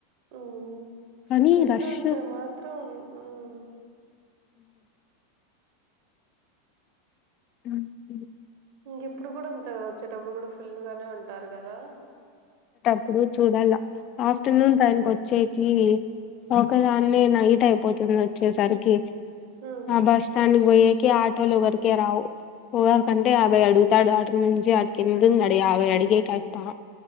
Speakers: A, on the right; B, on the left.
A: మ్మ్ హ్మ్
B: కానీ
A: ఎండ
B: రష్
A: ఉంటే మాత్రం హ్మ్
B: మ్మ్ మ్మ్ హ్మ్
A: ఇంగ ఇప్పుడు కూడా అంతేగా వచ్చేటప్గుడు ఫుల్లుగానే ఉంటారు కదా
B: ఇప్పుడు చూడాల ఆఫ్టర్నూన్ టైం కి వచ్చేకి ఒక్కదాన్నే నైట్ అయిపోతుంది వచ్చేసరి కే
A: ఉమ్
B: ఆ బస్ స్టాండ్ పోయకి ఆటోలు ఎవరికి రావు పోయాకి అంటే యాభై అడుగుతాడు అటు నుంచి యాడికి వెళ్తుండు యాభై అడిగే కాయతవ